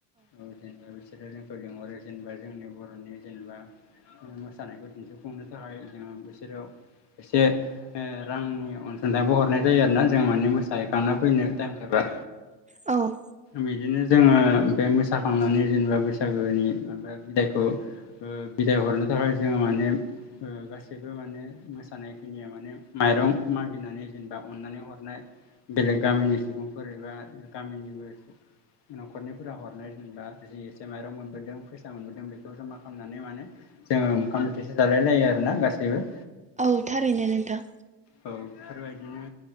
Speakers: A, on the left; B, on the right.
A: ओ जेनबा बिसिनि बिसोरो जोंखौ लिंहरो जेनेबा जोंनि बर'नि जेनेबा मोसानायखौ दिन्थिफुंनो थाखाय जोङो बिसोरखौ एसे ओ रांनि अनसुंथाइबो हरनाय जायो आरोना जों माने मोसाहैखांना फैनो टाइम जाबा
B: औ
A: बिदिनो जोङो बे मोसाखांनानै जेनेबा बैसागोनि माबा बिलायखौ ओ बिदाय हरनो थाखाय जोङो माने ओ गासैबो माने मोसानाय खिनिया माने माइरं मागिनानै जेनेबा अननानै हरनाय बेलेग गामिनि सुबुंफोर एबा गामिनिबो न'खरनिफोरा हरनाय जेनेबा जि एसे माइरं मोनबोदों फैसा मोनबोदों बेखौ जमा खालामनानै माने जोङो ओखाम बोथिसो जालाय लायो आरोना गासैबो
B: औ थारैनो नोंथां
A: औ बेफोरबायदिनो